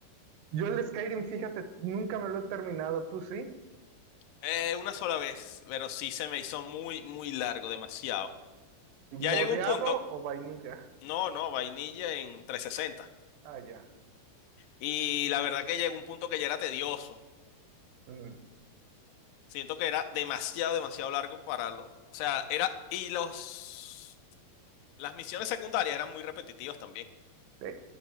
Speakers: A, on the right (about 80°); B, on the left (about 85°).
A: Yo el Skyrim, fíjate, nunca me lo he terminado, ¿tú sí?
B: Eh, una sola vez, pero sí se me hizo muy, muy largo, demasiado. Ya
A: ¿Modeado
B: llegó un punto.
A: o vainilla?
B: No, no, vainilla en trescientos sesenta.
A: Ah, ya.
B: Y la verdad que llegó un punto que ya era tedioso.
A: Mm,
B: Siento que era demasiado, demasiado largo para lo. O sea, era. Y los. Las misiones secundarias eran muy repetitivas también.
A: sí,